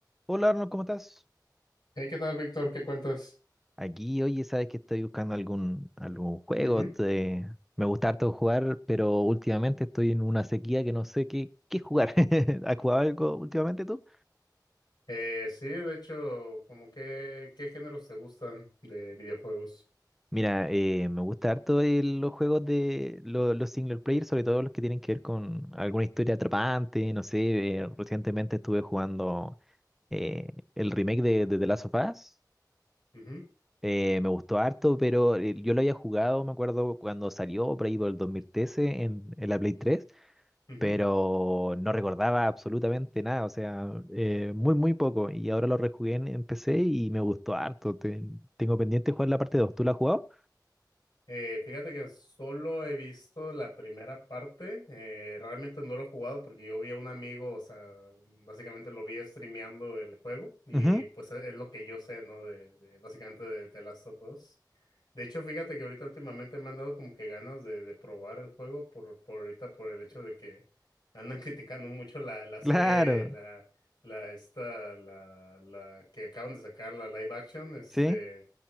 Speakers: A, in the centre; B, on the left.
A: Hola Arnold, ¿cómo estás?
B: Hey, ¿qué tal, Víctor? ¿Qué cuentas?
A: Aquí, oye, sabes que estoy buscando algún, algún juego.
B: Ujú.
A: te- Me gusta harto jugar, pero últimamente estoy en una sequía que no sé qué, qué jugar. <laughs> ¿Has jugado algo últimamente tú?
B: Eh, sí, de hecho, como que, ¿qué géneros te gustan de videojuegos?
A: Mira, eh, me gusta harto el- los juegos de lo- los single player, sobre todo los que tienen que ver con alguna historia atrapante. No sé, eh, recientemente estuve jugando eh, el remake de, de The Last of Us.
B: Ujú,
A: Eh, me gustó harto, pero eh, yo lo había jugado, me acuerdo, cuando salió por ahí por el 2013 en, en la Play 3,
B: ujú.
A: pero no recordaba absolutamente nada, o sea, eh, muy, muy poco. Y ahora lo rejugué en, en PC y me gustó harto. Te- tengo pendiente jugar la parte dos ¿Tú la has jugado?
B: Eh, fíjate que solo he visto la primera parte, eh, realmente no lo he jugado porque yo vi a un amigo, o sea, básicamente lo vi streameando el juego y
A: Ujú,
B: pues es es lo que yo sé, ¿no? De, de- básicamente de The Last of Us. De hecho, fíjate que ahorita últimamente me han dado como que ganas de, de probar el juego por, por ahorita por el hecho de que andan <laughs> criticando mucho la, la serie,
A: Claro,
B: la, la esta, la, la que acaban de sacar, la live action, este,
A: sí.